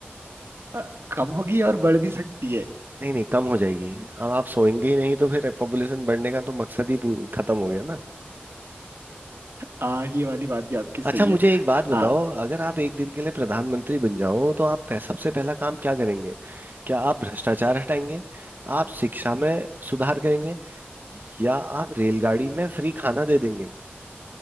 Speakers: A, on the right; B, on the right.
A: अ, कम होगी और बढ़ भी सकती है
B: नहीं नहीं कम हो जाएगी अब आप सोएंगे ही नहीं तो फिर पॉपुलेशन बढ़ने का तो मकसद ही पू- खत्म हो गया ना
A: हाँ ये वाली बात भी आपकी सही
B: अच्छा मुझे
A: है
B: एक बात बताओ
A: हाँ,
B: अगर आप एक दिन के लिए प्रधानमंत्री बन जाओ तो आप पह- सबसे पहला काम क्या करेंगे क्या आप भ्रष्टाचार हटाएंगे आप शिक्षा में सुधार करेंगे या आप रेलगाड़ी में फ्री खाना दे देंगे